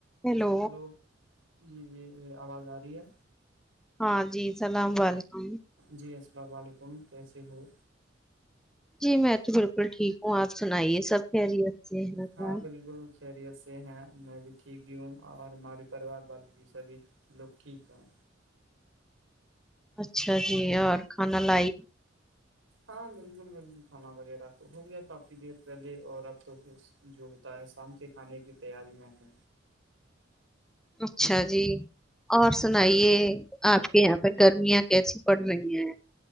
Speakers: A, in the centre; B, on the right.
A: ہیلو
B: ہلو جی جی یہ آواز آ رہی ہے
A: ہاں جی اللام و علیکم
B: جی السلام علیکم کیسے ہو؟
A: جی میں تو بالکل ٹھیک ہوں آپ سنائیے سب خیریت سے ہے کیا
B: ہاں بالکل خیریت سے ہیں میں بھی ٹھیک ہی ہوں اور ہمارے پریوار والے بھی سبھی لوگ ٹھیک ہیں
A: اچھا جی اور کھانا لائی
B: ہاں بالکل بالکل کھانا وغیرہ تو ہو گیا کافی دیر پہلے اور اب تو جو ہوتا ہے شام کے کھانے کی تیاری میں ہے
A: اچھا جی اور سنائیے آپ کے یہاں پہ گرمیاں کیسی پڑ رہی ہیں